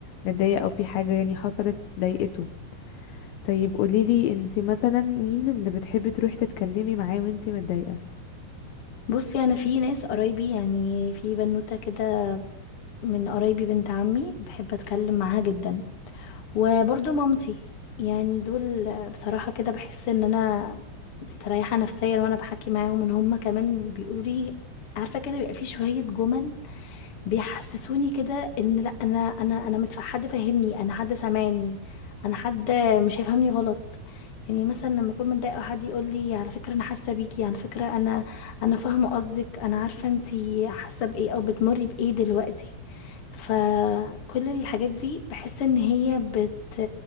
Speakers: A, on the left; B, on the left.
A: متضايق او في حاجة يعني حصلت ضايقته طيب قوليلي انتي مثلا مين اللي بتحبي تروحي تتكلمي معاه وانتي متضايقة
B: بصي انا في ناس قرايبي يعني في بنوته كده من قرايبي بنت عمي بحب اتكلم معاها جدا وبرضو مامتي يعني دول بصراحة كده بحس ان انا مستريحة نفسيا وانا بحكي معاهم ان هما كمان بيقولوا لي عارفة كده بيبقى في شوية جمل بيحسسوني كده ان لا انا انا انا متف... حد فاهمني انا حد سامعني انا حد مش هيفهمني غلط يعني مثلا لما اكون متضايقه وحد يقول لي على فكره انا حاسه بيكي على فكره انا انا فاهمه قصدك انا عارفه انتي حاسه بايه او بتمري بايه دلوقتي فكل الحاجات دي بحس ان هي بت